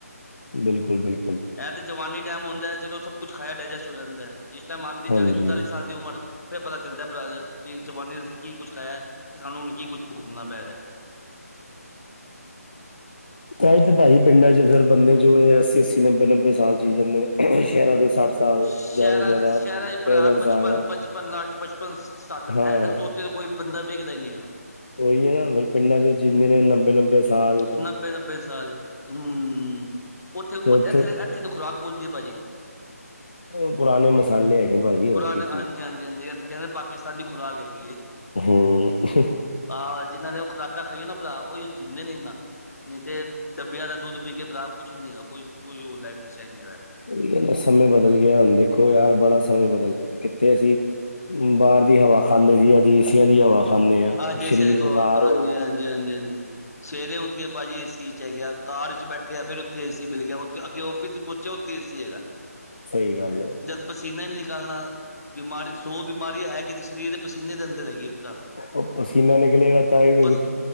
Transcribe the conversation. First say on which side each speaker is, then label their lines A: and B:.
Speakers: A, on the left; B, on the left.
A: ਬਿਲਕੁਲ-ਬਿਲ
B: ਐ ਤੇ ਜਵਾਨੀ ਟਾਈਮ ਹੁੰਦੈ ਚਲੋ ਸਭ ਕੁਛ ਖਾਇਆ ਡਾਇਜੈਸਟ ਹੋ ਜਾਂਦੈ। ਜਿਸ ਟਾਈਮ ਆਂਦੀ ਏ
A: ਹਾਂਜੀ।
B: ਚਾਲੀ- ਪੰਤਾਲੀ ਸਾਲ ਦੀ ਉਮਰ ਫੇਰ ਪਤਾ ਚੱਲਦੈ ਪਰਾ ਦ ਕਿ ਜਵਾਨੀ ਚ ਅਸੀਂ ਕੀ ਕੁਛ ਖਾਇਐ ਤੇ ਸਾਨੂੰ ਹੁਣ ਕੀ ਕੁਛ ਭੁਗਤਨਾ ਪੈ ਰਿਐ।
A: ਤਾਂ ਈ ਤੇ ਭਾਜੀ ਪਿੰਡਾਂ ਚ ਫੇਰ ਬੰਦੇ ਜੋ ਏਹ ਅੱਸੀ-ਅੱਸੀ, ਨੱਬੇ-ਨੱਬੇ ਸਾਲ ਜੀ ਜਾਂਦੇ ਨੇ। ਸੈ਼ਰਾਂ ਦੇ ਸੱਠ ਸਾਲ
B: ਸੈ਼ਰਾਂ
A: ਜ਼ਿਆਦਾ ਤੋਂ ਜ਼ਿਆਦਾ
B: ਚ ਸੈ਼ਰਾਂ ਚ ਭਰਾ
A: ਪੈਂਸਠ
B: ਪਚਪਨ-ਪਚਪਨ
A: ਸਾਲ
B: ਲਾਸਟ ਪਚਪਨ-ਸੱਠ
A: ਹਾਂ।
B: ਐਸ ਤੋਂ ਉ ਉਤੇ ਤੇ ਕੋਈ ਵੀ ਬੰਦਾ ਵੇਖਦਾ ਈ ਨੀ ਹੈਗਾ।
A: ਉਈ ਏ ਨਾ ਫੇਰ ਪਿੰਡਾਂ ਚ ਜਿੰਦੇ ਨੇ ਨਬੇ-ਨਬ ਬੇਸਾਲ
B: ਨੱਬੇ-ਨੱਬੇ ਸਾਲ, ਹੂੰ, ਓਥੇ ਓ
A: ਤੇ ਉੱਥੇ
B: ਐਥੇ ਤ ਐਥੇ ਤੇ ਖੁਰਾਕ ਬੋਲਦੀ ਏ ਭਾਜੀ।
A: ਉਂ ਪੁਰਾਣੇ ਮਸਾਲੇ ਹੈਗੇ ਭਾਜੀ ਹੋਰ
B: ਪੁਰਾਣੇ
A: ਕੀ ਚੀਏ।
B: ਹਾਂਜੀ ਹਾਂਜੀ ਹਾਂਜੀ, ਐਥੇ ਕੈੰਦੇ ਪਾਕਿਸਤਾਨ ਦੀ ਖੁਰਾਕ ਹੈਗੀ ਏ।
A: ਹੂੰ।
B: ਆਹ ਜਿੰਨ੍ਹਾਂ ਨੇ ਓਹ ਖੁਰਾਕਾਂ ਖਾਈਐ ਨਾ ਭਰਾ ਓਈਓ ਜਿੰਂਦੇ ਨੇ ਇਨਾ। ਨੀ ਤੇ ਡੱਬਿਆ ਦਾ ਦੁੱਧ ਪੀ ਕੇ ਭਰਾ ਕੁਛ ਨੀ ਹੈਗਾ। ਕੋਈ ਕੋਈ ਓਹ ਲਾਈਫ ਸਟਾਈਲ ਨੀ ਹੈਗਾ।
A: ਉਹੀ ਏ ਨਾ ਸਮੇਂ ਬਦਲ ਗਿਆ ਹੁਣ ਦੇਖੋ ਯਾਰ ਬੜਾ ਸਮੇਂ ਬਦਲ ਗਿਆ, ਕਿੱਥੇ ਅਸੀਂ ਬਾਰ ਦੀ ਹਵਾ ਖਾਂਦੇ ਸੀ, ਅੱਜ ਏਸੀਆਂ ਦੀ ਹਵਾ ਖਾਂਦੇ ਆ
B: ਆਜ ਏਸੀਆ
A: ਸਰੀਰ
B: ਦੀ ਖਵਾ--ਹਾਂਜੀ
A: ਬੇਕਾਰ ਹੋ ਗਏ ਨੇ
B: ਹਾਂਜੀ, ਹਾਂਜੀ ਹਾਂਜੀ। ਸਵੇਰੇ ਉੱਠ ਕੇ ਭਾਜੀ ਏ ਸੀ 'ਚ ਹੈਗੇ ਆ, ਕਾਰ ਚ ਬੈਠੇ ਐ ਫੇਰ ਉਥੇ ਏ ਸੀ ਮਿਲ ਗਿਆ। ਉੱਥੇ ਅੱਗੇ ਔਫਿਸ ਚ ਪਹੁੰਚਿਆ ਉੱਥੇ ਏ ਸੀ ਹੈਗਾ।
A: ਸਹੀ ਗੱਲ ਏ।
B: ਜਦ ਪਸੀਨਾ ਈ ਨੀ ਨਿਕਾਲਣਾ, ਬਿਮਾਰੀ ਸੌ ਬਿਮਾਰੀ ਹੈ ਕਿੱਦੇ ਚ ਸਰੀਰ ਦੇ ਪਸੀਨੇ ਦੇ ਅੰਦਰ ਹੈਗੀ ਏ ਭਰਾ।
A: ਓਹ ਪਰਸੀਨਾ ਨਿਕਲੇਗਾ ਤਾਂ ਹੀ ਬਿਲਕੁਲ
B: ਪਸ